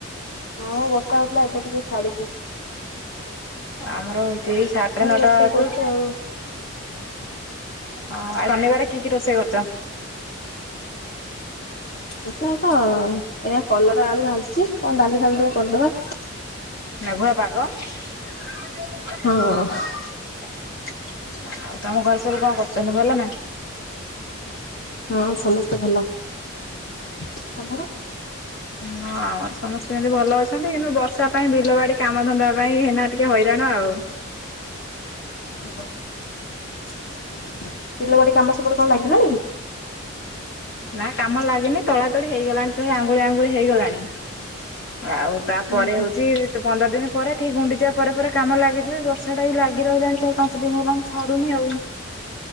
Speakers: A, on the left; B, on the left.
A: ହଁ ବର୍ଷା ହଉଥିଲା ଏବେ ଟିକେ ଛାଡିଚି।
B: ଆମର ହଉଛି ଏଇ ସାଢେ ନଅଟା
A: ରୋଷେଇ କରୁଛି
B: ଠୁ
A: ଆଉ।
B: ହ ଶନିବାର କି କି ରୋଷେଇ କରିଚ?
A: ପ ତ ଏ କଲରା ଆଳୁ ଭାଜିଚି କଣ ଡାଲି ଫାଲି ଟିକେ କରିଦବା।
B: ମେଘୁଆ ପାାଗ ଆଉ
A: ହଁ।
B: ତମ ଘରେ ସବୁ କଣ୍ କରୁଚନ୍ତି ଭଲ ନା?
A: ହଁ ସମସ୍ତେ ଭଲ, ତମର?
B: ହ ଆମର ସମସ୍ତେ ଏମିତି ଭଲ ଅଛନ୍ତି କିନ୍ତୁ ବର୍ଷା ପାଇଁ ବିଲ ବାଡି କାମଧନ୍ଦା ପାଇଁ ଏଇନା ଟିକେ ହଇରାଣ ଆଉ
A: ହଁ ବିଲ ବଡି କାମ ସବୁ ଗୋଟେ କଣ ଲାଗିଲାଣି?
B: ନା କାମ ଲାଗନି ତଳା ତଳି ହେଇଗଲାଣି ପୁଣି ଆଙ୍ଗୁଳି ଆଙ୍ଗୁଳି ହେଇଗଲାଣି। ଆଉ ତାପରେ
A: ଉଁ ହୁଁ।
B: ହଉଛି ପନ୍ଦର ଦିନ ପରେ ଏଠିକି ଗୁଣ୍ଡିଯିବା ପରେ କାମ ଲାଗିଯିବେ ବର୍ଷା ଟା ବି ଲାଗି ରହିଲାଣି ଚାରି ପାଞ୍ଚ ଦିନ ହେଲାଣି ଛାଡୁନି ଆଉ